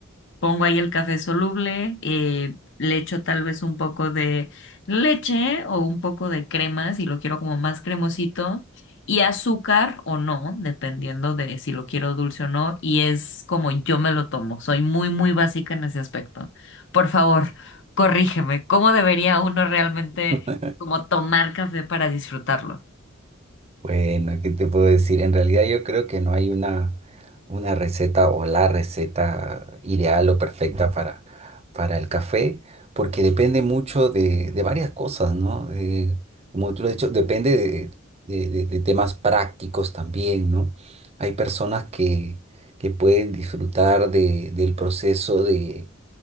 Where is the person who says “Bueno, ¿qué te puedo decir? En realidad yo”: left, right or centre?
Right